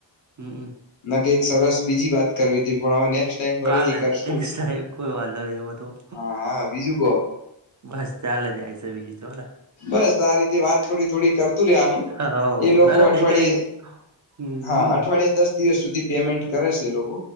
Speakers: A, on the right (about 40°); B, on the left (about 80°).
A: હમ હમ
B: ના એક સરસ બીજી વાત કરવી હતી પણ ટાઈમ ફરીથી
A: કાને
B: કરશું
A: લાઈ કોઈ વાંધ નહી એ બધું
B: હા હા બીજું કહો
A: બસ ચાલે જાય છે બીજી તોલા
B: બસ આ રીતે વાત થોડી થોડી કરતું રે આનું
A: હા
B: એ લોકો
A: દરરોજ
B: અઠવાડિયે
A: દેખાય હમ
B: હા અઠવાડિયાે દસ દિવસ સુધી પેમેન્ટ કરે છે એ લોકો